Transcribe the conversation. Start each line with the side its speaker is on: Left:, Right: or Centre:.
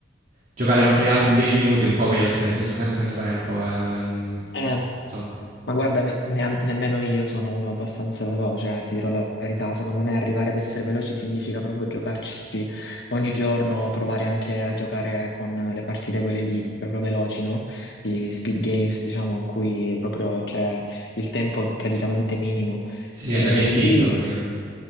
Right: Giocare contro gli altri in 10 minuti, un po' poi alla fine finisco sempre senza tempo, e, mm,
Left: Eh,
Right: insomma.
Left: Ma guarda, ne- neam- nemmeno io sono uno abbastanza veloce, eh, ti dirò la verità. Secondo me arrivare ad essere veloci significa proprio giocarci ogni giorno, provare anche a giocare con le partite quelle lì, proprio veloci, no? Di speed games, diciamo, in cui proprio c'è il tempo è praticamente minimo.
Right: Sì,
Left: E
Right: è giochi a istinto
Left: lì
Right: praticamente.